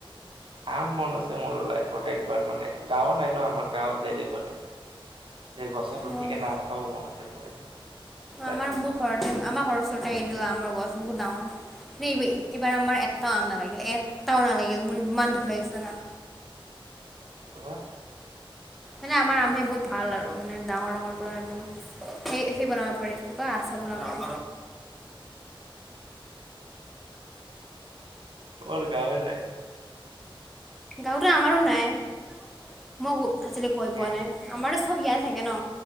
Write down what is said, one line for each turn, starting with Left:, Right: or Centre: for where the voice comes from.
Right: আম মন আছে মোৰ লাইফত একবাৰ মানে গাঁৱও নাই ন আমাৰ গাঁৱত যায় যে কৰিম। যে গছত‌ উঠি
Centre: অঁ
Right: কেনে আম খাব মন আছিল মোৰ একবাৰ লাইফত।
Centre: আমাৰ মোৰ ঘৰতে, আমাৰ ঘৰৰ ওচৰতে এইদাল আমৰ গছ বহুত ডাঙৰ। <unintelligible> এই-এইবাৰ আমাৰ এটাও আম নালাগিল, এটাও নালাগিল মোৰ ইমান দুখ লাগিছিলে জানা।
Right: অ'।
Centre: মানে আমাৰ আমখিনি বহুত ভাল আৰু মানে ডাঙৰ ডাঙৰ পোৰা একদম। সেই সেই বনাব পাৰি কি কয় আচাৰ বনাব পাৰি।
Right: আমাৰ গাঁৱে নাই।
Centre: গাঁওতো আমাৰো নাই। মইও আছিলে গৈ
Right: হে
Centre: পোৱা নাই আমাৰটো চব ইয়াৰ চাগে ন।